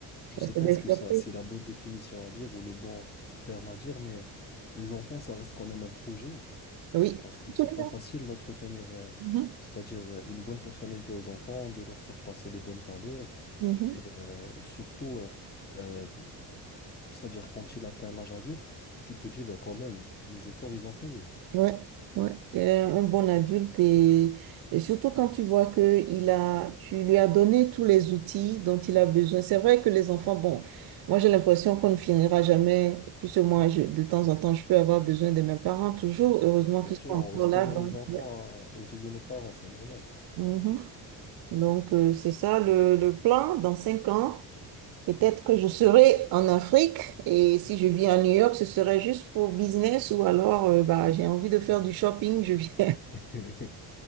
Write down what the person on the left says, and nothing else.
je
sais pas
est-ce que ça, c'est la bonne définition à dire ou le bon terme à dire, mais les enfants, ça reste quand même un projet
parce que
c'est pas facile d'entretenir, euh,
c'est-à-dire euh, une bonne personnalité aux enfants, de leur faire passer les bonnes valeurs
et euh, surtout. euh, euh, C'est-à-dire, quand il atteint l'âge adulte, tu te dis, ben, quand même, mes efforts, ils ont payé.
Bien
sûr,
on reste
toujours
les enfants
à- aux yeux de nos parents, c'est normal.
<laughs>